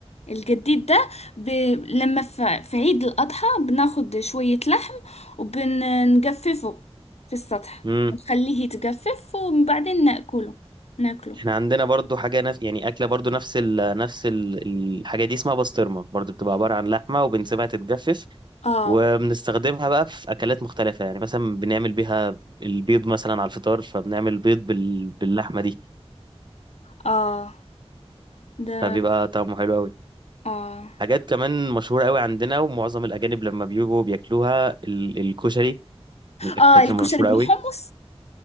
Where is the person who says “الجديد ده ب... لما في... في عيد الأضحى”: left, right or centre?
Left